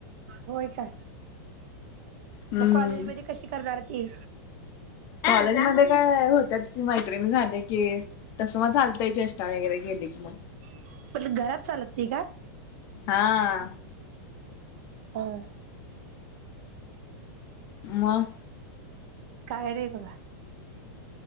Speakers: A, on the right; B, on the left.
A: होय काय
B: हम्म.
A: मग कॉलेज मध्ये कशी करणार ती?
B: कॉलेज मध्ये काय होत्याच की मैत्रिणी झाल्या कि की तसं मग चालतंय चेष्टा वगैरे केली की मग
A: म्हटलं घरात चालत नाही का.
B: हा
A: ह्अ
B: मग
A: काय नाही बघा.